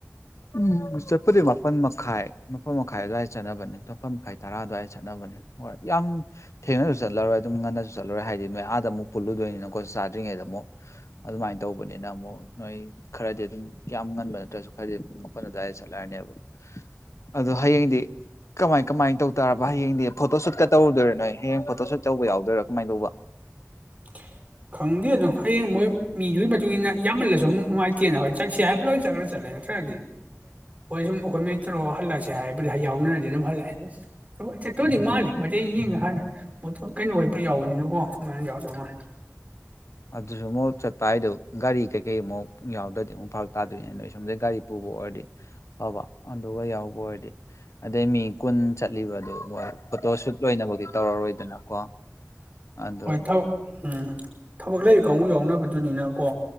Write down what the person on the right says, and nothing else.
<unintelligible> ꯈꯪꯗꯦ ꯑꯗꯨꯝ ꯍꯌꯦꯡ ꯃꯣꯏ ꯃꯤꯗꯨꯒꯤ ꯃꯇꯨꯡ ꯏꯟꯅ ꯌꯥꯝꯃꯜꯂꯁꯨ ꯑꯃꯨꯛ ꯅꯨꯡꯉꯥꯏꯇꯦꯅ ꯍꯣꯏ ꯆꯠꯁꯦ ꯍꯥꯏꯔ ꯂꯣꯏ ꯆꯠꯂꯒ ꯆꯠꯂꯦ ꯈ꯭ꯔꯗꯤ ꯍꯣꯏ ꯁꯨꯝ ꯑꯩꯈꯣꯏ ꯃꯤ ꯇꯔꯨꯛ ꯍꯜꯂꯛꯁꯦ ꯍꯥꯏꯕꯗꯤ ꯌꯥꯎꯅꯔꯗꯤ ꯑꯗꯨꯝ ꯍꯜꯂꯛꯑꯦ ꯑꯩ ꯆꯠꯇꯧꯗꯤ ꯃꯥꯜꯂꯦ ꯃꯩꯇꯩ ꯌꯦꯡꯉ ꯍꯥꯟꯅ ꯀꯩꯅꯣ ꯄꯨꯔꯥ ꯌꯥꯎꯕꯅꯀꯣ ꯑꯗꯨꯃꯥꯏꯅ ꯌꯥꯎꯔ <unintelligible>
ꯋꯥꯏꯊꯧ ꯎꯝ ꯊꯕꯛ ꯂꯩꯔꯤ ꯀꯥꯡꯕꯨ ꯌꯥꯎꯅꯕꯗꯨꯅꯤꯅ ꯀꯣ